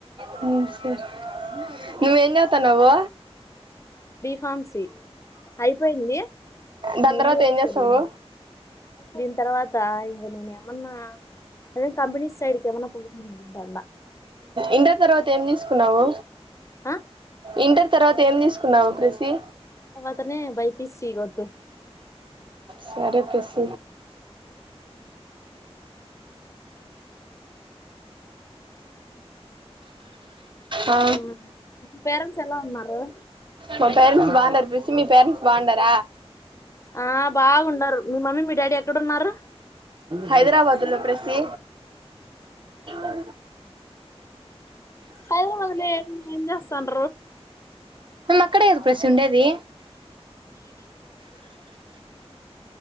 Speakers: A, on the right; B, on the left.
A: హు సరే నువ్వు ఏం చదువుతున్నావు
B: ఫార్మ్సీ అయిపోయింది
A: దాని
B: నెల్లూరులో
A: తర్వాత ఏం చేస్తావు
B: జరిగింది దీని తర్వాత ఇంక నేను ఏమన్నా అదే కంపేనీస్ సైడికి ఏమన్న పోయ్ కి చూస్తాన్న
A: ఇంటర్ తర్వాత ఏం తీసుకున్నావు
B: ఆ
A: ఇంటర్ తర్వాత ఏం తీసుకున్నావు ప్రస్ తి
B: అత్తనే బై పీ సి గొతు
A: సరే ప్రెస్ ఆ
B: హా పేరెంట్స్ ఎలా ఉన్నారు
A: మా పేరెంట్స్ బాగున్నారు ప్రెసి మీ పేరెంట్స్ బాండర
B: ఆ బాగుండారు మీ మమ్మీ మీ డాడీ ఎట్ల ఎక్కడ ఉన్నారు
A: హైదరాబాదు లో ప్రస్సి అ
B: హాల్లో వాదినే ఎమ్ ఏంజెస్తన్నావ్
A: అక్కడ ఏద ప్రశ్ సుండేది